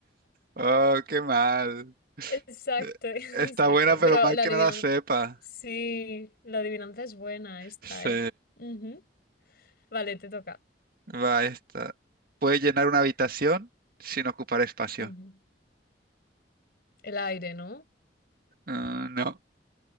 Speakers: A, on the right; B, on the left.
A: Oh, qué mal.
B: Exacto,
A: Eh,
B: <laughs> exacto.
A: Está buena, pero
B: Pero
A: mal
B: la
A: que
B: adivinanza.
A: no la sepa.
B: Sí, la adivinanza es buena esta,
A: Sí,
B: ¿eh? Ujú. Vale, te toca.
A: va esta. Puede llenar una habitación sin ocupar espacio.
B: Ujú. El aire, ¿no?
A: Ah, no.